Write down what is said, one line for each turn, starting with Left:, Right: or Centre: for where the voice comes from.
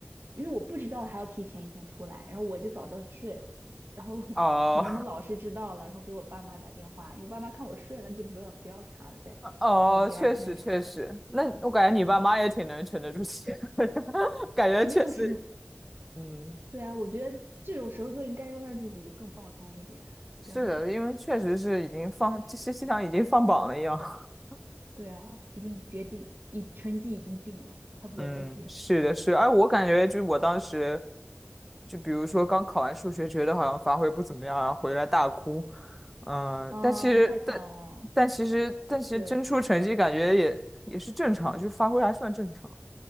Right: 因为我不知道还要提前一天出来，然后我就早就睡了，然后 <laughs>
Centre: 哦，
Right: 可能我们老师知道了，然后给我爸妈打电话，因为我爸妈看我睡了就不要不要查了呗，
Centre: <laughs> 哦，
Right: 然后就第二天查的，
Centre: 确实确实，那我感觉你爸妈也挺能沉得住气的，
Right: 是的，
Centre: <laughs> 感觉确实，
Right: 没有什么，
Centre: 嗯。
Right: 对啊，我觉得这种时候就应该要让自己更放松一点，
Centre: 是的，
Right: 不要太紧张。
Centre: 因为确实是已经放，这些像已经放榜了一样。<laughs>
Right: 对啊，已经决定，已成绩已经定了，它不会再变了。
Centre: 嗯，是的，是的。哎，我感觉就我当时，就比如说刚考完数学，觉得好像发挥不怎么样啊，然后回来大哭。嗯，
Right: 啊，
Centre: 但其实，
Right: 太惨了，
Centre: 但但其实，但其实真出成绩，
Right: 对
Centre: 感觉也也是正常，就发挥还算正常。